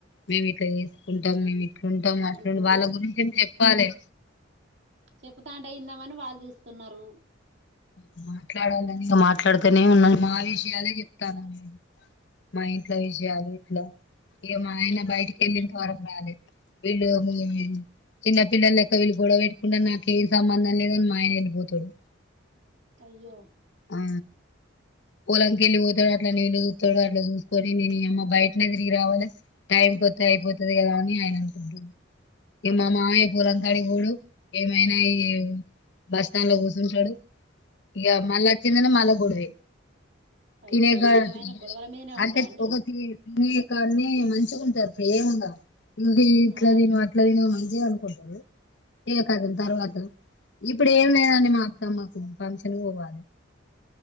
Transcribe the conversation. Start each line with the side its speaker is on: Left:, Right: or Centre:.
Left: మేము ఇట్లా చేసుకుంటాం మేము ఇట్లు ఉంటాం
Right: మీకు
Left: అట్లు వాళ్ళ గురించి ఏ చెప్పాలే
Right: చెబతాంటయిందామని వాళ్ళు చూస్తున్నారు
Left: ఇ మాట్లాడాలని ఇక మాట్లాడుతూనే ఉన్నాను మా విషయాలే చెప్తాను నేను మా ఇంట్ల విషయాలు ఇట్ల ఇక మా ఆయన బయటికి వెళ్ళంత వరకు రాలేదు. విడు మ చిన్న పిల్లలు లెక్క వీళు కూడా పెటుకుండా నాకు ఏం సంబంధం లేదుని మా ఆయన వెళ్ళిపోతాడు.
Right: అయ్యో
Left: ఆ పొలంకెళ్ళి పోతాడు అట్ నేళ్ళ చూస్తాడు అట్లా చూసుకొనిను ఈ యమ్మ బయటనే తిరిగి రావాలి టైం కి అయిపోతది కదా అని ఆయన అనుకుంటడు ఇక మా మామయ్య పూలంకాడి పోవుడు ఏమైనా ఈ బస్ స్టాండ్ లో కూర్చు టడు ఇగ మలాచ్చిండు అంటే మళ గొడువే
Right: అయ్యో
Left: తినక కనే
Right: ఏమైనా గొడవల మీదనే
Left: అంటే
Right: ఉంటారా అండి
Left: ఒకక తినే కానే మంచుకుంటారు ప్రేమగా నువ్వు ఇట్లా
Right: ఆ
Left: తను అట్లా త ను మంచిగా అను టారు ఇక కాదం తర్వాత ఇప్పుడు ఏమి లేదని మా సమ్మకు ఫంక్షన్ పోవాలే